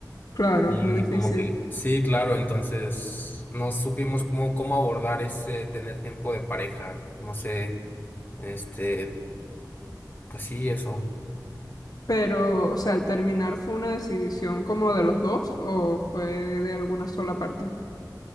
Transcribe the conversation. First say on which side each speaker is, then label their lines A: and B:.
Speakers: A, on the left (about 60°); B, on the left (about 25°).
A: claro,
B: Y
A: es muy difícil.
B: como que, sí, claro, entonces no supimos cómo, cómo abordar ese tener tiempo de pareja, no sé, este, pues sí, eso.
A: Pero, o sea, al terminar fue una decisión como de los dos o fue de alguna sola parte.